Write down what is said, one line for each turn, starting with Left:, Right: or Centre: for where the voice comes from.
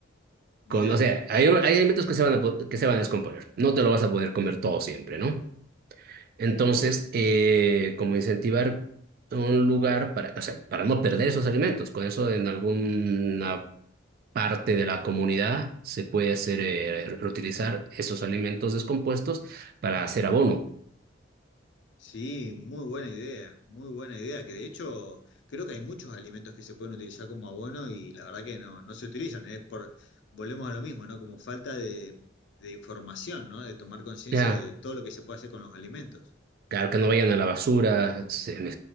Left: bien.
Right: Con, o sea, hay, hay alimentos que se van a, po- que se van a descomponer. No te lo vas a poder comer todo siempre, ¿no? Entonces, eh, como incentivar un lugar para, o sea, para no perder esos alimentos. Con eso, en alguna parte de la comunidad se puede hacer, eh, reutilizar esos alimentos descompuestos para hacer abono.
Left: Sí, muy buena idea, muy buena idea, que de hecho creo que hay muchos alimentos que se pueden utilizar como abono y la verdad que no, no se utilizan, es por, volvemos a lo mismo, ¿no? Como falta de, de información, ¿no? De tomar conciencia
Right: Ya.
Left: de todo lo que se puede hacer con los alimentos.
Right: Claro, que no vayan a la basura, se me-